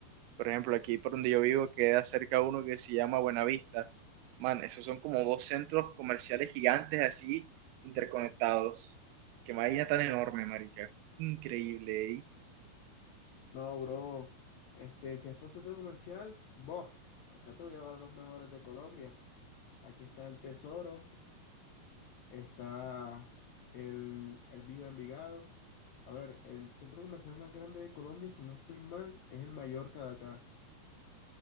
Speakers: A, on the right; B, on the left.
A: Por ejemplo, aquí por donde yo vivo queda cerca uno que se llama Buenavista. Man, esos son como dos centros comerciales gigantes así, interconectados. Qué vaina tan enorme, marica. Increíble, ¿eh?
B: No, bro, este, si es por centro comercial, bof, acá te voy a llevar los mejores de Colombia. Aquí está el tesoro, está el, el Viva Envigado. A ver, el centro comercial más grande de Colombia, si no estoy mal, es el Mallorca de acá.